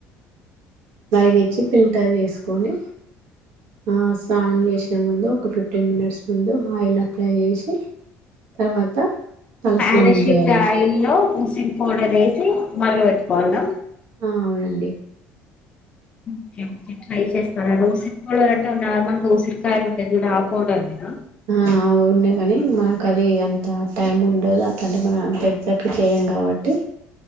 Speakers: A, on the right; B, on the left.
A: మరిగిచ్చి ఫిల్టర్ చేసుకోని ఆ స్నానం చేసే ముందు ఒక ఫిఫ్టీన్ మినిట్స్ ముందు ఆయిల్ అప్లై చేసి తర్వాత తలస్నానం
B: పారాషూట్
A: చేయాలని
B: ఆయిల్లో ఉసిరి పౌడర్ వేసి మరగపెట్టుకోవాల్నా
A: ఆ అవునండి
B: <unintelligible> ఉసిరి పౌడర్ అంటే నార్మల్ గా ఉసిరికాయలు ఉంటాయి జూడు ఆ పౌడర్నేనా
A: మ్మ్ అవు ఉండేగాని ఇంగ కానీ అంత టైం ఉండదు అట్లాంటే మనం అంత ఎగ్జాక్ట్ గా చేయం కాబట్టి